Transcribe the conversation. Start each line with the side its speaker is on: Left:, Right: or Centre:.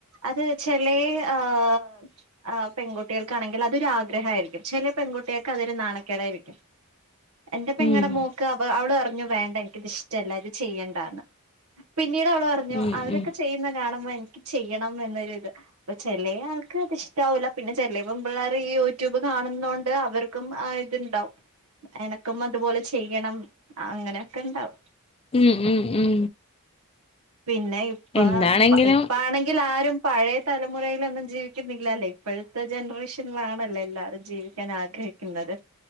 Right: അത് ചെലെ ആഹ് ആഹ് പെൺകുട്ടിയേൾക്കാണെങ്കിൽ അതൊരാഗ്രഹായിരിക്കും ചെല പെൺകുട്ടികൾക്ക് അതൊരു നാണക്കേടായിരിക്കും
Left: <inaudible>
Right: എന്റെ പെങ്ങടെ
Left: ഉം
Right: മോക്ക് അവ അവള് പറഞ്ഞ് വേണ്ട എനിക്കിത് ഇഷ് എല്ലാതചെയ്യണ്ടന്ന് പിന്നീട് അവള് പറഞ്ഞു
Left: ഉം
Right: അവരൊക്കെ
Left: ഉം
Right: ചെയ്യുന്ന കാണുമ്പോ എനിക്ക് ചെയ്യണം എന്നൊരിത് അപ്പൊ ചെലേ ആൾക്ക് അത് ഇഷ്ടാവൂല പിന്നെ ചെലേ പെൺ പിള്ളേര് ഈ യൂട്യൂബ് കാണുന്നോണ്ട് അവർ ക്കും ഇത്ണ്ടാവും എനക്കും അതുപോലെ ചെയ്യണം അങ്ങനെയൊക്കെണ്ടാവും
Left: ഉം ഉം ഉം
Right: പിന്നെ ഇപ്പ
Left: എന്താണെങ്കിലും
Right: ഇപ്പാണെങ്കിലാരും പഴയ തലമുറയിലൊന്നും ജീവിക്കുന്നില്ല ല്ലേ ഇപ്പോഴത്തെ ജനറേഷനിലാണല്ലോ എല്ലാവരും ജീവിക്കാൻ ആഗ്രഹി ക്കുന്നത്